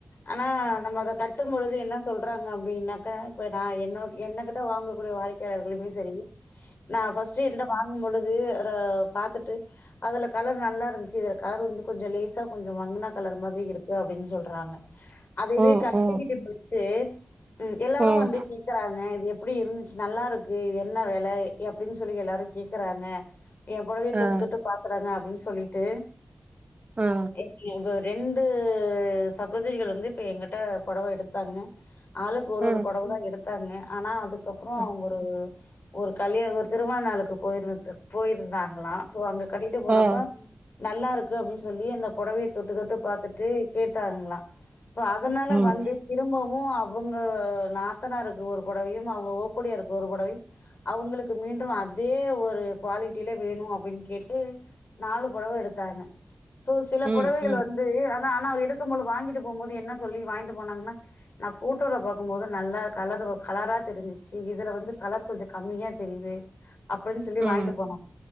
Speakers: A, on the left; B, on the right.
A: ஆனா நம்ம அத கட்டும்பொழுது என்ன சொல்றாங்க அப்டின்னாக்க இப்ப நா என்னோட என்ன கிட்ட வாங்கக்கூடிய வாடிக்கையாளர்களுமே சரி நா ஃபஸ்டு என்ட வாங் பொழுது ரொ பாத்துட்டு அதுல கலர் நல்லா இருந்ச்சு இதுல கலர் வந்து கொஞ்ச லேசா கொஞ்ச மங் ன்ன கலர் மாதிரி இருக்கு அப்டின் சொல்றாங்க அது இதயே
B: ம்
A: கட்டிகிட்டு
B: ம் ம்
A: போய்ட்டு ம் எல்லாரு
B: ம்
A: வந்து கேக்குறாங்க இது எப்புடி இருந்ச் நல்லாருக்கு இது என்ன வெல எப்டின் சொல்லி எல்லாரு கேக்குறாங்க ஏ பொடவய தொட்டு
B: ஆ
A: தொட்டு பாக்குறாங்க அப்டின் சொல்லிட்டு
B: ஆ
A: <unintelligible> ரெண்டு சகோதரிகள் வந்து இப்ப எங்கிட்ட பொடவ எடுத்தாங்க ஆளுக்கு ஒரு
B: ஆ
A: ஒரு பொடவ தா எடுத்தாங்க ஆனா அதுக்கப்பறோ
B: ஆ
A: அவுங்க ஒரு ஒரு கல்யாண ஒரு திருமணநாளுக்கு போயிருந்து போயிருந்தாங்ளா சோ அங்க கட்டிட்டு போனப்ப
B: ஆ.
A: நல்லாருக்கு அப்டின் சொல்லி அந்த புடவைய தொட்டு தொட்டு பாத்துட்டு கேட்டாங்ளா இப்ப அதுனால
B: ம்
A: வந்து திரும்பவு அவுங்க நாத்தனாருக்கு ஒரு புடவையும் அவுங்க ஒ ஒப்புடியாருக்கு ஒரு புடவையு அவுங்களுக்கு மீண்டும் அதே ஒரு குவாலிட்டிலே வேணு அப்டின் கேட்டு நாலு புடவ எடுத்தாங்க சோ சில
B: ம்
A: புடவைகள்
B: ம்
A: வந்து னா ஆனா எடுக்கும்போது வாங்கிட்டு போம்போது என்ன சொல்லி வாங்கிட்டு போனாங்ன்னா நா போட்டோல பாக்கும்போது நல்ல கலர் சோ கலரா தெருஞ்சுச் சு இதுல வந்து கலர் கொஞ்ச கம்மியா தெரிது அப்டின் சொல்லி
B: ம்
A: வாங்கிட்டு போனோ